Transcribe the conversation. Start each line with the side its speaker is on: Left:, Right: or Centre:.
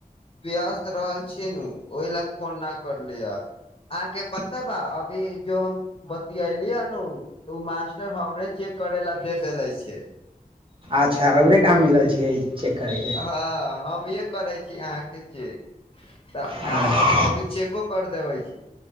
Left: व्यस्त रहल छी नु ओहि लए फोन न करलियह अहाँके पता बा अभी जो हम बत अली हनू तऽ ओ मास्टर हमरे चेक करे लए दे देले छै
Right: अच्छा रहुए काम मिलल छै ई चेक करयके
Left: हँ हमहे करै छी अहाँके चेक तऽ
Right: हँ
Left: अहके हम अभी चेको कर देबै छी